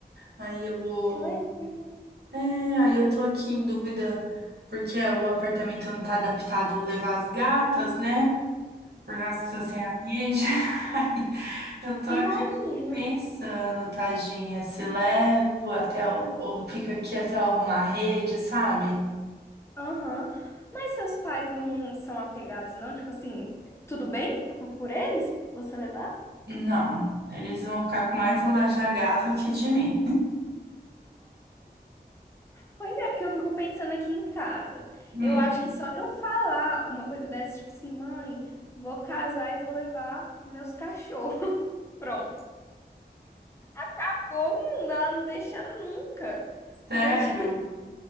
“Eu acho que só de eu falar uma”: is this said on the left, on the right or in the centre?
Left